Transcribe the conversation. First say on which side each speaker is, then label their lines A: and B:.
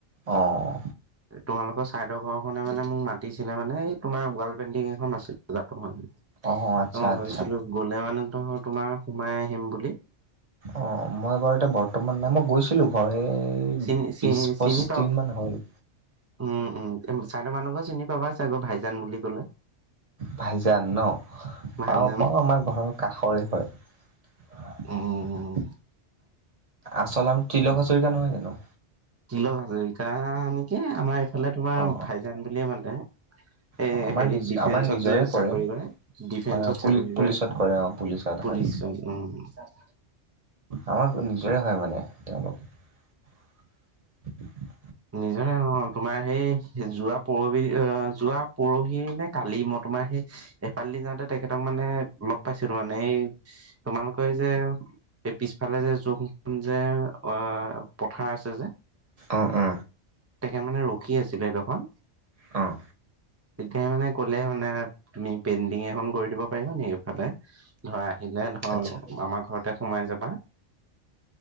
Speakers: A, on the right (about 35°); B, on the right (about 20°).
A: অহ।
B: তোমালোকৰ চাইদৰ ঘৰখনে মানে মোক মাতিছিলে মানে এই তোমাৰ ৱাল পেইণ্টিং এখন আছিল জাত মহাবীৰ।
A: অঁ আচ্ছা
B: মই
A: আচ্ছা
B: ভাবিছিলো গ'লে মানে তহৰ তোমাৰ সোমাই আহিম বুলি।
A: অ মই বাৰু এতিয়া বৰ্তমান নাই মই গৈছিলো। ঘৰে
B: চিনি
A: বিছ
B: চি
A: পচ
B: চিনি পাব
A: দিন মান হ'ল।
B: উম উম চাৰদ মানুহ ঘ চিনি পাবা চাগে ভাইজান বুলি ক'লে?
A: ভাইজান ন
B: ভাইজান
A: পাওঁ পাওঁ আমাৰ ঘৰ কাষৰে হয়।
B: উম
A: আচ নাম ত্ৰিলং হাজৰিকা নহয় জানো?
B: তিলক হাজৰিকা নেকি আমাৰ এইফালে তোমাৰ
A: অঁ
B: ভাইজান বুলিয়ে মাতে। এ
A: অঁ আমাৰ
B: হেৰিত
A: নিজ
B: ডিফেন্সত
A: আমাৰ নিজৰে
B: যে
A: পৰে
B: চাকৰি কৰে ডিফেন্সত
A: হয় পুলি
B: চাকৰি
A: পুলিচত
B: কৰে
A: অ পুলিচত হয়
B: পুলিচত। অহ।
A: আমাক নিজৰে হয় মানে তেওঁলোক। <inaudible>
B: নিজৰে অ তোমাৰ সেই যোৱা পোৰহি অ যোৱা পৰহি নে কালি মই তোমাৰ সে- এপালি যাওতে তেখেতক মানে লগ পাইছিলো মানে এ- তোমালোকে যে এই পিছফালে যে জখ সিখন যে অ পথাৰ আছে যে।
A: অ অ।
B: তেখেত মানে ৰখি আছিলে এদখত।
A: অহ।
B: তেতিয়া মানে ক'লে মানে তুমি পেইণ্টিং এখন কৰি দিব পাৰিবা নেকি এইফালে ধৰা আহিলে ধৰ
A: আচ্ছা
B: আমাৰ ঘৰতে সোমাই যাবা।